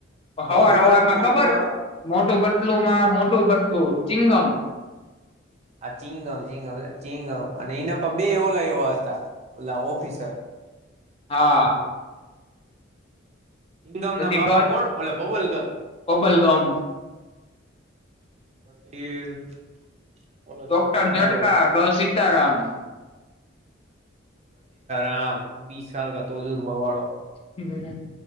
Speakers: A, on the left (about 30°); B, on the right (about 35°).
A: હવાર
B: મોટો બદલમ
A: હવાર માં
B: કોણ
A: ખબર
B: કોણ આવે
A: મોટું પતલુંમાં મોટું પતલું ચિંગમ.
B: આ ચિંગમ ચિંગમ ચિંગમ અને એના પર બે ઓલા એવા હતા ઓલા ઓફિસર.
A: હા.
B: હંગમ
A: પછી
B: ના બાપા
A: ઘ
B: કોણ ઓલે બબલ ગમ
A: બબલગમ
B: પછી ઓલો
A: ડોક્ટર
B: સમોસા
A: ઝટકા
B: વાળો
A: ગસી સીતારામ.
B: <unintelligible> બીસ ચાલકાતો દૂરબાવા વાળો.
A: હમ